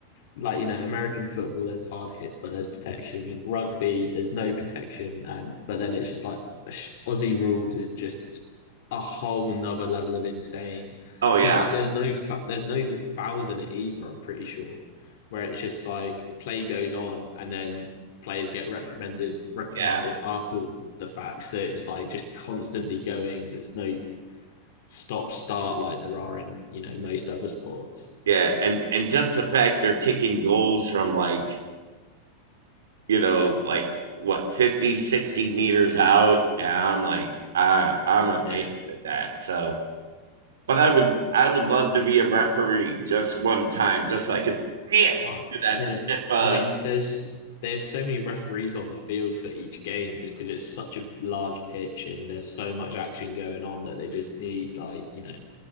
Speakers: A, on the left (about 50°); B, on the right (about 65°).
A: like you know American football, there's hard hits, but there's protection. Rugby, there's no protection, and but then it's just like Aussie rules is just a whole nother level of insane
B: oh yeah,
A: because like there's no there's no fouls in it either. I'm pretty sure where it's just like play goes on and then players get reprimanded reprimanded
B: yeah.
A: after the fact. So it's like just constantly going. There's no stop start like there are in you know most other sports.
B: Yeah, and and just the fact they're kicking goals from like, you know, like what 50 60 meters out and I'm like I I'm amazed
A: Yeah.
B: at that. So, but I would I would love to be a referee just one time just like so it yeah, do
A: Oh,
B: that
A: yeah.
B: stiff uh
A: I mean, there's they have so many referees on the field for each game just because it's such a large pitch and there's so much action going on that they just need like, you know,